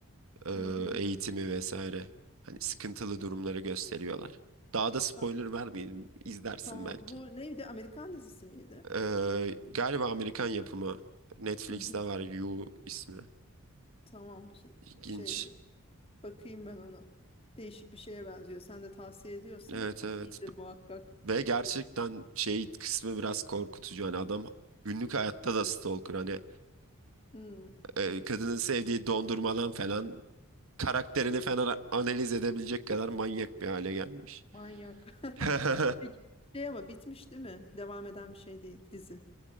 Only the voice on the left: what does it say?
Hı hı.
Sen,
tamam.
Bu neydi? Amerikan dizisi miydi?
Hı hı.
Tamam. Şey,
şey, bakayım ben ona. Değişik bir şeye benziyor. Sen de tavsiye ediyorsan
iyidir muhakkak.
Hmm,
manyak.
<laughs> Peki şey ama bitmiş değil mi? Devam eden bir şey değil dizi.